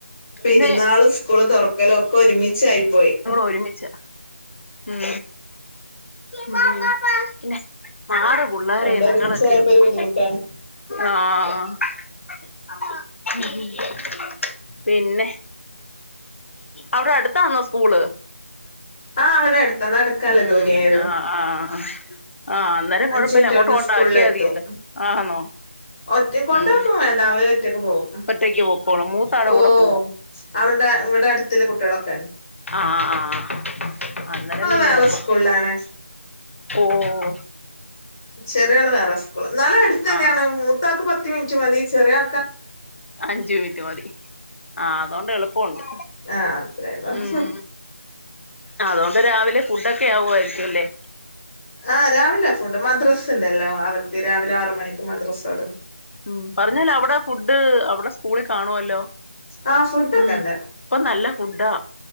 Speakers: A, on the left; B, on the left.
A: പിന്നെ-
B: പൊരുന്നാളും സ്കൂള് തുറക്കലും ഒക്കെ ഒരുമിച്ചായി പോയി. ഉം
A: ഒരുമിച്ച- ഉം ഉം... പിന്നെ മാറ് പുള്ളാരേ
B: രണ്ടും
A: നിങ്ങളൊക്കെ
B: ഒരുമിച്ചായപ്പോ
A: ഒന്ന്-
B: ഒരു ബുദ്ധിമുട്ടാണ്
A: ആഹ്!... ഉം. പിന്നെ അവ്ടെ അടുത്താന്നോ സ്കൂള്.
B: ആഹ് അവടെ എടുത്താ. നടക്കാല്ലേ
A: ഉം
B: ദൂരെ ഉള്ളൂ.
A: ആഹ് ആഹ്. ആഹ് അന്നേരം
B: അഞ്ച്
A: കൊഴപ്പല്ല.
B: മിനിറ്റ്
A: അങ്ങോട്ട്
B: കൊണ്ട്
A: കൊണ്ടാക്കിയാ
B: സ്കൂളിലെത്തും
A: തിയല്ലേ. ആന്നോ.
B: ഒറ്റ കൊണ്ടാക്കും
A: ഉം
B: വേണ്ട. ഓന് ഒറ്റക്ക് പോകും.
A: ഒറ്റയ്ക്ക് പൊക്കോളും മൂത്താടെ
B: അം ഓഹ്
A: കൂടെ പോവോ
B: അവ്ടെ ഇവിടെ അടുത്ത്ള്ള കുട്ട്യളൊക്കെണ്.
A: അഹ് അഹ് ആഹ് ആഹ് അന്നേരം പിന്നെള്പ്പ.
B: വേറെ സ്കൂളിലാണ്
A: ഓഹ്
B: ചെറ്യാള് വേറെ സ്കൂള. ന്നാളുംഅടുത്ത ന്നെയാണ്.
A: ആഹ്
B: മൂത്താക്ക് പത്ത് മിൻറ്റ് മതി. ചെറ്യാ
A: അഞ്ച് മിൻറ്റ് മതി. ആഹ്അതോണ്ട് എളുപ്പണ്ട്.
B: ആഹ് അത്രേയുള്ളൂ
A: ഉം അതോണ്ട് രാവിലെ ഫുഡൊക്കെ ആവുആയിരിക്കും ല്ലേ.
B: ആഹ് രാവില ഫുഡ്. മദ്രസ്സ് ണ്ടല്ലോ അവർക്ക്. രാവിലെ ആറു മണിക്ക് മദ്രസ്സോ
A: ഉം പറഞ്ഞാല് അവിടെ ഫുഡ്ഡ് അവ്ടെ സ്കൂളിൽ കാണുവല്ലോ?
B: ആഹ ഫുഡ്ഡോക്കെ
A: ഉം
B: ണ്ട്.
A: ഇപ്പൊ നല്ല ഫുഡാ